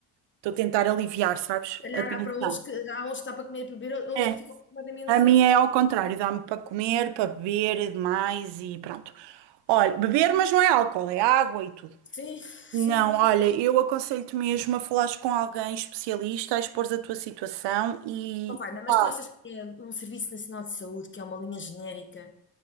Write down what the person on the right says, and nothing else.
Estou a tentar aliviar, sabes?
A tensão.
É.
A minha é ao contrário, dá-me para comer, para beber demais e pronto. Olha, beber, mas não é álcool, é água e tudo.
Não,
olha, eu aconselho-te mesmo a falares com alguém especialista, a expor a tua situação e.
Pá,